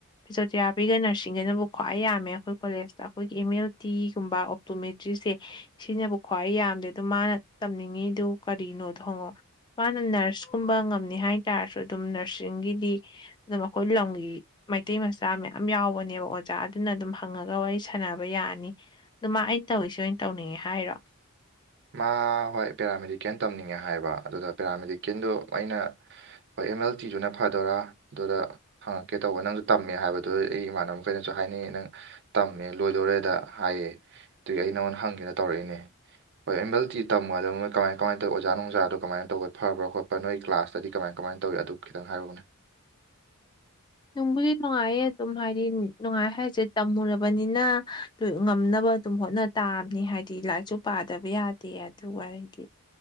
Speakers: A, on the left; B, on the right.
A: ꯐꯤꯖꯣꯊꯦꯔꯥꯄꯤꯒ ꯅꯔꯁꯤꯡꯒꯅꯕꯨ ꯈ꯭ꯋꯥꯏ ꯌꯥꯝꯃꯦ ꯑꯩꯈꯣꯏ ꯀꯣꯂꯦꯖꯇ ꯑꯩꯈꯣꯏꯒꯤ ꯑꯦꯝ ꯑꯦꯜ ꯇꯤꯒꯨꯝꯕ ꯑꯣꯞꯇꯣꯃꯦꯇ꯭ꯔꯤꯁꯦ ꯁꯤꯅꯕꯨ ꯈ꯭ꯋꯥꯏ ꯌꯥꯝꯗꯦ ꯑꯗ‌ꯣ ꯃꯥꯅ ꯇꯝꯅꯤꯡꯉꯤ ꯗꯨ ꯀꯔꯤꯅꯣꯗꯨ ꯍꯪꯉ‌ꯣ ꯃꯥꯅ ꯅꯔꯁꯀꯨꯝꯕ ꯉꯝꯅꯤ ꯍꯥꯏ ꯇꯥꯔꯁꯨ ꯑꯗꯨꯝ ꯅꯔꯁꯤꯡꯒꯤꯗꯤ ꯑꯗꯨ ꯑꯈꯣꯏ ꯂꯝꯒꯤ ꯃꯩꯇꯩ ꯃꯆꯥ ꯃꯌꯥꯝ ꯌꯥꯎꯕꯅꯦꯕ ꯑꯣꯖꯥ ꯑꯗꯨꯅ ꯑꯗꯨꯝ ꯍꯪꯉꯒ ꯋꯥꯔꯤ ꯁꯥꯟꯅꯕ ꯌꯥꯅꯤ ꯑꯗꯨꯃ ꯑꯩ ꯇꯧꯏꯁ‌ꯦ ꯑꯣꯏꯅ ꯇꯧꯅꯤꯡꯉꯦ ꯍꯥꯏꯔꯣ
B: <unintelligible> ꯃꯥ ꯍꯣꯏ ꯄꯦꯔꯥꯃꯦꯗꯤꯀꯦꯜ ꯇꯝꯅꯤꯡꯉꯦ ꯍꯥꯏꯕ ꯑꯗꯨꯗ ꯄꯦꯔꯥꯃꯦꯗꯤꯀꯦꯜꯗꯨ ꯑꯩꯅ ꯑꯦꯝ ꯑꯦꯜ ꯇꯤ ꯗꯨꯅ ꯐꯗꯣꯏꯔꯥ ꯑꯗꯨꯗ ꯍꯪꯉꯛꯀꯦ ꯇꯧꯕ ꯅꯪꯁꯨ ꯇꯝꯃꯦ ꯍꯥꯏꯕꯗꯨ ꯑꯩ ꯏꯃꯥꯟꯅꯕ ꯈꯩꯅꯁꯨ ꯍꯥꯏꯅꯩ ꯅꯪ ꯇꯝꯃꯦ ꯂꯣꯏꯗꯣꯔꯦꯗ ꯍꯥꯏꯌꯦ ꯑꯗꯨꯒꯤ ꯑꯩ ꯅꯪꯉꯣꯟꯗ ꯍꯪꯒꯦꯅ ꯇꯧꯔꯛꯏꯅꯦ ꯍꯣꯏ ꯑꯦꯝ ꯑꯦꯜ ꯇꯤ ꯇꯝꯃ ꯑꯗꯨ ꯃꯣꯏ ꯀꯃꯥꯏ ꯀꯃꯥꯏ ꯇꯧꯏ ꯑꯣꯥꯖꯥ ꯅꯨꯡꯖꯥꯗ‌ꯣ ꯀꯃꯥꯏ ꯇꯧꯕ ꯐꯕꯔ ꯈꯣꯠꯄꯔ ꯅꯣꯏ ꯀ꯭ꯂꯥꯁꯇꯗꯤ ꯀꯃꯥꯏ ꯀꯃꯥꯏ ꯅ ꯇꯧꯋꯤ ꯑꯗꯨ ꯈꯤꯇꯪ ꯍꯥꯏꯔꯛꯎꯅꯦ
A: ꯅꯨꯡꯕꯨꯗꯤ ꯅꯨꯡꯉꯥꯏꯌꯦ ꯑꯗꯨꯝ ꯍꯥꯏꯗꯤ ꯅꯨꯡꯉꯥꯏ ꯍꯥꯏꯁꯦ ꯇꯝꯃꯨꯔꯕꯅꯤꯅ ꯉꯝꯅꯕ ꯑꯗꯨꯝ ꯍꯣꯠꯅ ꯇꯥꯕꯅꯤ ꯍꯥꯏꯗꯤ ꯂꯥꯏꯔꯤꯛꯁꯨ ꯄꯥꯗꯕ ꯌꯥꯗꯦ ꯑꯗꯨꯒ ꯑꯩꯗꯤ